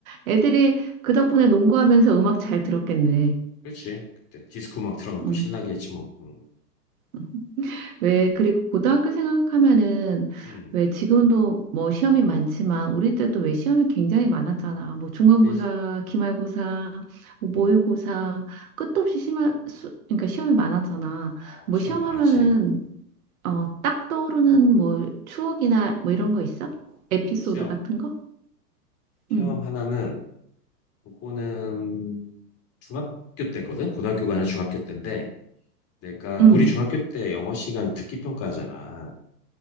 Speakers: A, on the right; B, on the left.
A: 애들이 그 덕분에 농구하면서 음악 잘 들었겠네.
B: 그렇지. 그때 디스코 막 틀어놓고
A: 음.
B: 신나게 했지 뭐. 응,
A: 음. 왜, 그리고 고등학교 생각하면은
B: 응.
A: 왜 지금도 뭐 시험이 많지만 우리 때도 왜 시험이 굉장히 많았잖아. 뭐 중간고사,
B: 그렇지.
A: 기말고사, 뭐
B: 응.
A: 모의고사, 끝도 없이 심할 수, 그러니까 시험이 많았잖아.
B: 어,
A: 뭐
B: 시험
A: 시험하면은
B: 많았지.
A: 어, 딱 떠오르는 뭐 추억이나 뭐 이런 거 있어? 에피소드
B: 시험.
A: 같은 거?
B: 시험
A: 응,
B: 하나는 그거는 중학교 때거든. 고등학교가 아니라 중학교 때인데 내가
A: 응,
B: 우리 중학교 때 영어 시간 듣기 평가잖아.